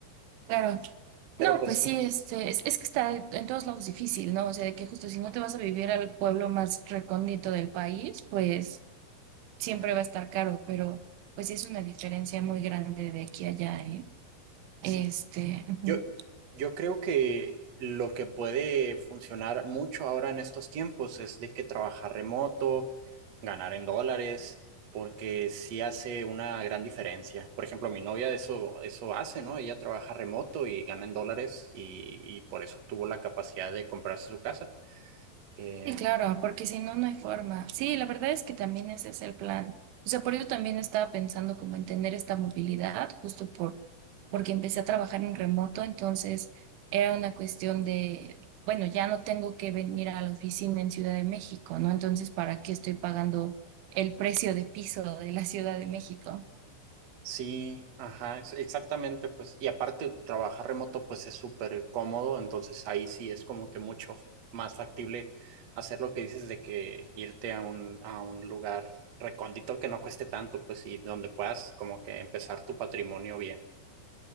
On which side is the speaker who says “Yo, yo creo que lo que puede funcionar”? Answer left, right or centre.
Right